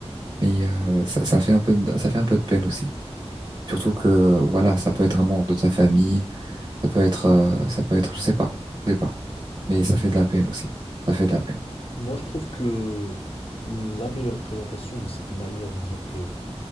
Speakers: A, on the right; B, on the left.
A: Mais euh, ça, ça fait un peu de, ça fait un peu de peine aussi. Surtout que voilà, ça peut être un membre de ta famille, ça peut être euh, ça peut être je sais pas, je sais pas. Mais ça fait de la peine aussi. Ça fait de la peine.
B: Moi, je trouve que la meilleure représentation de cette manière de dire que,